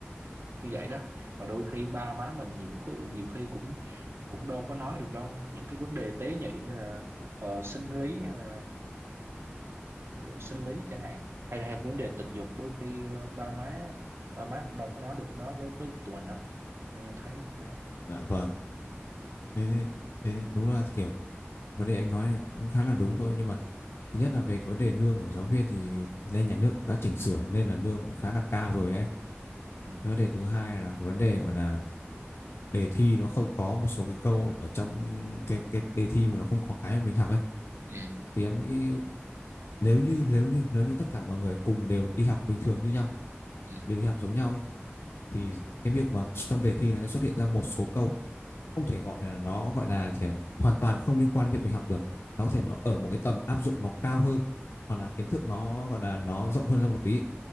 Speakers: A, on the right; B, on the left.
A: như vậy đó và đôi khi ba má mình nhiều khu- nhiều khi cũng cũng đâu có nói được đâu những cái vấn đề tế nhị như là ờ, sinh lý hay là sinh lý chẳng hạn hay là vấn đề tình dục đôi khi ờ, ba má ba má cũng đâu có nói được nó với với tụi mình đâu nên anh thấy nó-
B: dạ vâng
A: ừ
B: thế, thế, thế đúng là kiểu vấn đề anh nói này cũng khá là đúng thôi nhưng mà thứ nhất là về cái vấn đề lương của giáo viên thì nên nhà nước đã chỉnh sửa nên là lương cũng khá là cao rồi ấy
A: ừ
B: cái vấn đề thứ hai là cái vấn đề gọi là đề thi nó không có một số cái câu ở trong cái cái đề thi mà nó không có cái mà mình học ấy
A: ừ
B: thì em nghĩ nếu như nếu như nếu như tất cả mọi người cùng đều đi học bình thường như nhau
A: ừ
B: đều đi học giống nhau đi thì cái việc mà trong đề thi nó sẽ xuất hiện ra một số câu không thể gọi là nó gọi là chỉ là hoàn toàn không liên quan đến việc mình học được nó có thể nó ở một cái tầm áp dụng nó cao hơn hoặc là kiến thức nó gọi là nó rộng hơn ra một tí